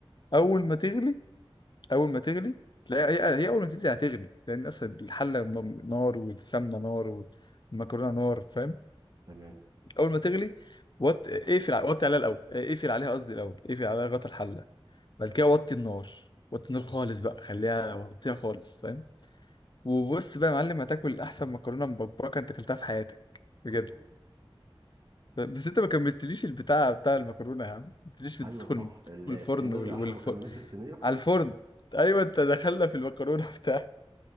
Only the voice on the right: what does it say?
مم.
تمام
اه
الله
ايوه
صح
ال-
الصينية
احنا
ما كملناش الصينية